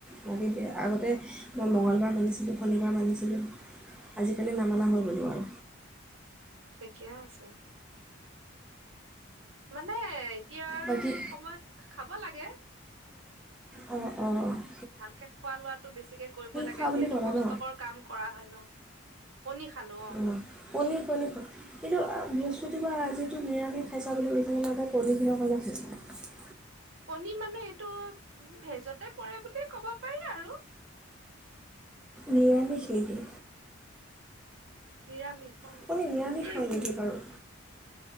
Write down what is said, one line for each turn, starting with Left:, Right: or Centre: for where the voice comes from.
Centre: বাকী আগতে মই
Right: অ অ
Centre: মঙলবাৰ মানিছিলো শনিবাৰ মানিছিলো আজিকালি নমনা হৈ গ'ল আৰু
Right: ঠিকে আছে মানে এতিয়া আৰু
Centre: বাকী
Right: সময়ত খাব লাগে
Centre: অ অ অ
Right: ভালকে খোৱা লোৱাটো বেছিকে কৰিব লাগে
Centre: খোৱা বুলি
Right: যিহেতু
Centre: ক'লা
Right: কষ্টকৰ
Centre: ন
Right: কাম কৰা হয় ন! কণী খালো
Centre: অ পনীৰ কণী এইটো বৃহ পতিবা আজিটো নিৰামি খাইছা বুলি কৈ থাক লাগে কণীখন কাৰণে খাইছা
Right: কণী মানে এইটো উ ভেজতে পৰে বুলিয়ে ক'ব পাৰি আৰু
Centre: নিৰামিষ নেকি?
Right: নিৰামিষ
Centre: আপুনি নিৰামিষ
Right: অ
Centre: হয় নেকি বাৰু?